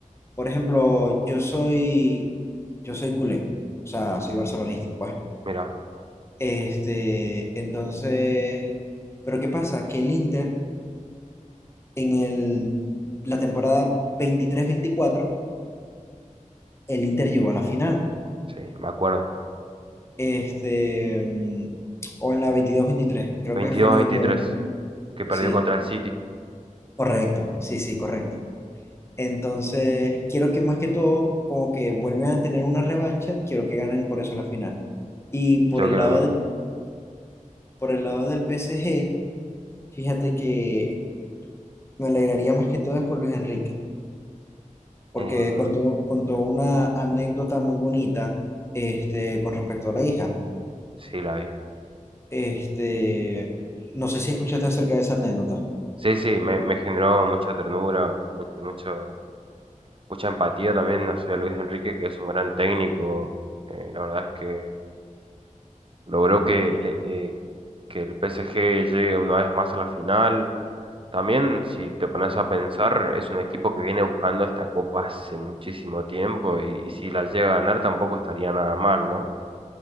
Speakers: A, on the left; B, on the right.
A: Por ejemplo, yo soy, yo soy culé, o sea, soy barcelonista, pues.
B: Mira,
A: Este, entonces, pero ¿qué pasa? Que el Inter, en el, la temporada veintitrés veinticuatro el Inter llegó a la final.
B: sí, me acuerdo.
A: Este, mm, o en la veintidós veintitrés creo
B: veintidós
A: que fue en la
B: veintitrés
A: veintidós veintitrés
B: que perdió
A: Sí,
B: contra el City.
A: correcto, sí, sí, correcto. Entonces, quiero que más que todo, como que vuelvan a tener una revancha, quiero que ganen por eso la final. Y por
B: Yo
A: el
B: creo
A: lado
B: que...
A: de Por el lado del PSG, fíjate que me alegraría más que todo es por Luis Enrique, porque
B: Eh,
A: contó, contó una anécdota muy bonita este, con respecto a la hija.
B: sí, la vi.
A: Este, no sé si escuchaste acerca de esa anécdota.
B: Sí, sí, me, me generó mucha ternura, mu- mucho, mucha empatía también hacia Luis Enrique, que es un gran técnico. Eh, la verdad es que logró que, el- eh, que el PSG llegue una vez más a la final. También, si te pones a pensar, es un equipo que viene buscando esta copa hace muchísimo tiempo y, y si la llega a ganar tampoco estaría nada mal, ¿no?